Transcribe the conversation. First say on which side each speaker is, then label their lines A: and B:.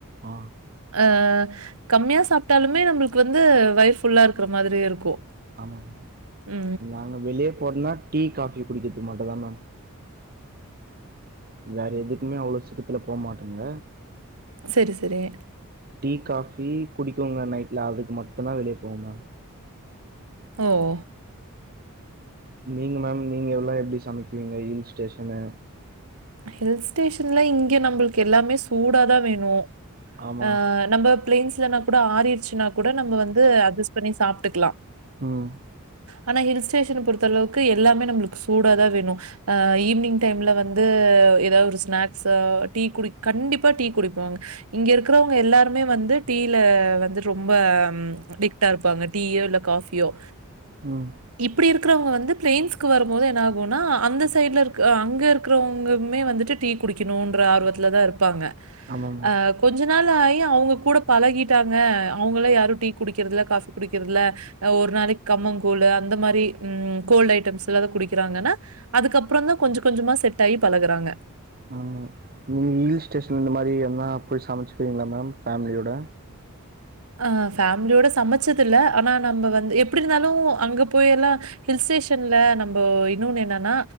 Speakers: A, on the right; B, on the right.
A: ஆ
B: அ கம்மியா சாப்ட்டாலுமே நம்மளுக்கு வந்து வயிற் ஃபுல்லா இருக்குற மாதிரி இருக்கு
A: ஆமாங்க
B: ம்
A: நாங்க வெளிய போறதுன்னா டீ காஃபி குடிக்கிறதுக்கு மட்டுந்தா மேம் வேற எதுக்குமே அவ்ளோ சீக்கரத்துல போமாட்டேங்க
B: செரி செரி
A: டீ காஃபி குடிக்குங்க நைட்ல அதுக்கு மட்டுந்தா வெளிய போவே மேம்
B: அய்யோ
A: நீங்க மேம் நீங்க எல்லா எப்டி சமைக்குவீங்க ஹில் ஸ்டேஷனு
B: ஹில் ஸ்டேஷன்ல இங்க நம்மளுக்கு எல்லாமே சூடாதா வேணு
A: ஆமா
B: ஆ நம்ம பிலேன்ஸ்லன்னா கூட ஆறிடுச்சுன்னா கூட நம்ம வந்து அட்ஜஸ்ட் பண்ணி சாப்ட்டுக்கலா
A: ம்
B: ஆனா ஹில் ஸ்டேஷன பொறுத்த அளவுக்கு எல்லாமே நம்ளுக்கு சூடாதா வேணு ஆ ஈவினிங் டைம்ல வந் து ஏதாவது ஒரு ஸ்நாக்ஸ் டீ குடி கண்டிப்பா டீ குடிப்பாங்க இங்க இருக்குறவங்க எல்லாருமே வந்து டீல வந்து ரொம்ப அடிக்ட்டா இருப்பாங்க டீயோ இல்ல காஃபியோ
A: ம்
B: இப்டி இருக்குறவங்க வந்து பிளைன்ஸ்க்கு வரும்போது என்ன ஆகுன்னா அந்த சைட்ல இருக்க அங்க இருக் குறவங்கமே வந்துட்டு டீ குடிக்கணுன்ற ஆர்வத்துல தா இருப்பாங்க
A: ஆமா மேம்
B: ஆ கொஞ்ச நாள் ஆகி அவங்க கூட பழகிட்டாங்க அவங்கல்லா யாரு டீ குடிக்கிறதில்ல காஃபி குடிக்கிறதில்ல ஆ ஒரு நாளைக்கி கம்மங்கூழ் அந்த மாரி ம் கோல்டு ஐட்டம்ஸ்ல்லாத குடிக்கிறாங்கன்னா அதுக்கப்பறந்தா கொஞ்ச கொஞ்சமா செட் ஆயி பழகுறாங்க
A: ஆமா நீங்க ஹில் ஸ்டேஷன் இந்த மாரி எங்கனா போய் சமைச்சுக்கிறீங்களா மேம் ஃபேமிலியோட
B: ஆ ஃபேமிலியோட சமைச்சதுல்ல ஆனா நம்ம வந்து எப்டி இருந்தாலு அங்க போய் எல்லா ஹில் ஸ்டேஷன்ல நம்ப இன்னொன்னு என்னன்னா